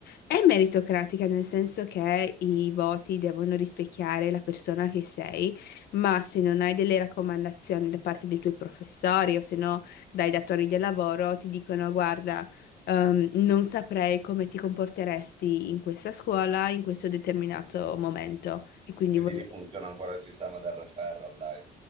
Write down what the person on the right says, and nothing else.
Quindi
lì funziona ancora il sistema del referral, dai.